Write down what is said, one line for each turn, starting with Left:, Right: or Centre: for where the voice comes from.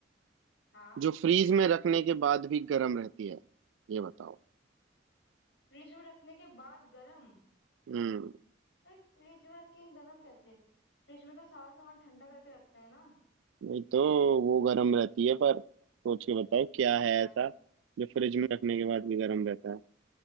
Left: हाँ
Right: जो फ्रीज में रखने के बाद भी गर्म रहती है ये बताओ
Left: फ्रिज में रखने के बाद गरम
Right: हम्म
Left: भाई फ्रिज में रख के गरम कैसे फ्रिज में तो सारा सामान ठंडा करके रखते हैं ना
Right: नहीं तो वो गर्म रहती है पर सोच के बताओ क्या है
Left: क्या
Right: ऐसा जो फ्रिज में रखने के बाद भी गर्म रहता है